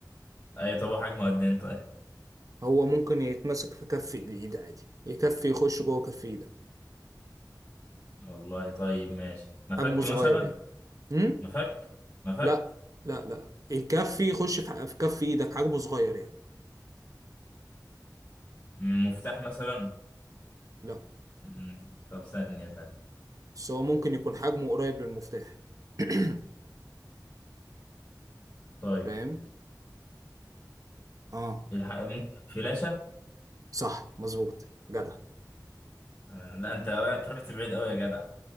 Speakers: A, on the left; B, on the right.
A: اي طب هو حجمه قد ايه طيب
B: هو ممكن يتمسك في كف الايد عادي يكفي يخش جوه كف ايدك
A: والله طيب ماشي مفك
B: حجمه صغير
A: مثلا
B: يعني امم
A: مفك مفك
B: لا لا لا يكفي يخش في ح- في كف ايدك حجمه صغير يعني
A: مم، مفتاح مثلا
B: لا
A: مم، طب ثانية ثانية
B: بس هو ممكن يكون حجمه قريب للمفتاح <coughs>
A: طيب
B: <clears throat> فاهم اه
A: الح... ممكن فلاشة
B: صح مظبوط جدع
A: آه، لا انت انت رحت بعيد قوي يا جدع